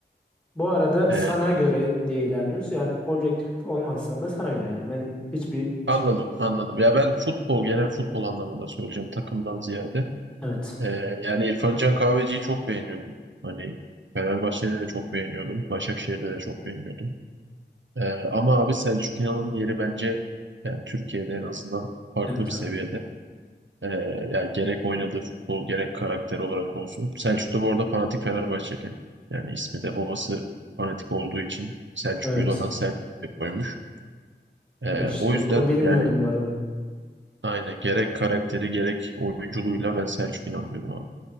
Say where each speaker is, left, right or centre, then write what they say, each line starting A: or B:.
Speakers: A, in the centre; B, on the right (about 85°).
A: Bu arada
B: Ee,
A: sana göre diye ilerliyoruz. Yani objektif olmazsan da sana göre yani. Benim hiçbir şey.
B: anladım. Anladım. Ya ben futbol, genel futbol anlamında söyleyeceğim. Takımdan ziyade.
A: Evet.
B: Ee, yani İrfan Can Kahveci'yi çok beğeniyordum. Hani Fenerbahçe'de de çok beğeniyordum. Başakşehir'de de çok beğeniyordum. Ee, ama abi Selçuk İnan'ın yeri bence yani Türkiye'de en azından farklı
A: Evet
B: bir
A: abi.
B: seviyede. Ee, yani gerek oynadığı futbol gerek karakter olarak olsun. Selçuk da bu arada fanatik Fenerbahçeli. Yani ismi de babası fanatik olduğu için Selçuk
A: Evet.
B: Yula'dan Selçuk diye koymuş. Ee,
A: Bak işte
B: o yüzden
A: bunu bilmiyordum
B: yani
A: bu arada.
B: aynen gerek karakteri gerek oyunculuğuyla ben Selçuk İnan diyorum abi.